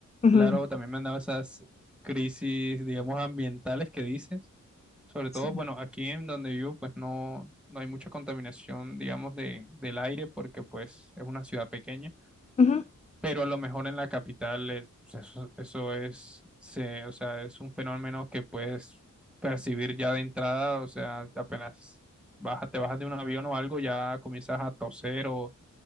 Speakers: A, on the left; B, in the centre.
A: Ujú,
B: Claro, también me han dado esas crisis, digamos, ambientales que dices Sobre
A: Sí.
B: todo, bueno, aquí en donde vivo, pues no, no hay mucha contaminación, digamos, de, del aire, porque pues es una ciudad pequeña,
A: Ujú,
B: pero a lo mejor en la capital es- pues, eso, eso es, se, o sea, es un fenómeno que puedes percibir ya de entrada, o sea, apenas baja, te bajas de un avión o algo, ya comienzas a toser o,